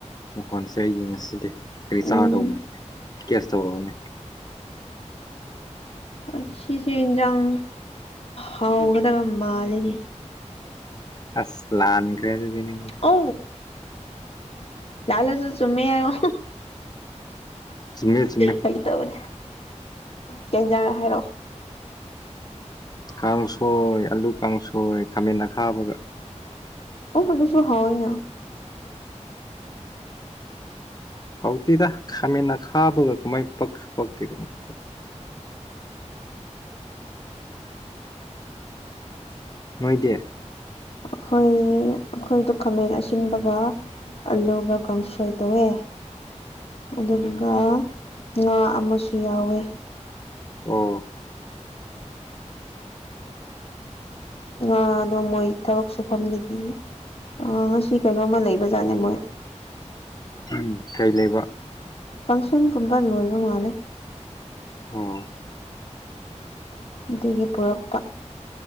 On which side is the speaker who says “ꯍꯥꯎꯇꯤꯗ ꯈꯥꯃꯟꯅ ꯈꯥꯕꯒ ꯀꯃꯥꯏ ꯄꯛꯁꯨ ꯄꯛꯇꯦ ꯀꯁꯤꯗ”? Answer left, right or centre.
Left